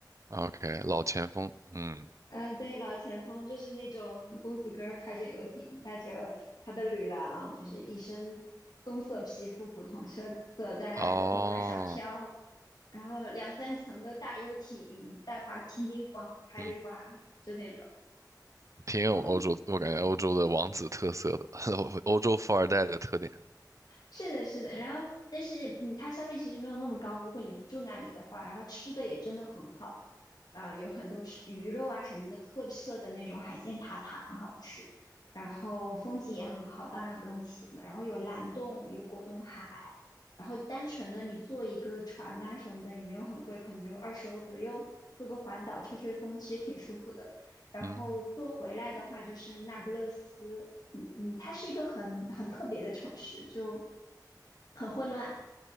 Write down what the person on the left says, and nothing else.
嗯、呃对，老钱风就是那种公子哥儿开着游艇，带着他的女郎，就是一身棕色皮肤，古铜色色在果冻海上飘，
然后两三层的大游艇带滑梯往海里滑，
就那种，
啊，
是的，是的，然后但是嗯，它消费其实没有那么高，如果你不住那里的话，然后吃的也真的很好，啊、有很多是鱼肉啊什么的特色的那种海鲜塔塔很好吃，然后风景也很好，当然不用提了，然后有蓝洞，有果冻海，然后单纯的你坐一个船呐、什么的也没有很贵，可能就二十欧左右，坐个环岛吹吹风，其实挺舒服的。然后坐回来的话就是那不勒斯。
嗯嗯，它是一个很很特别的城市，就很混乱，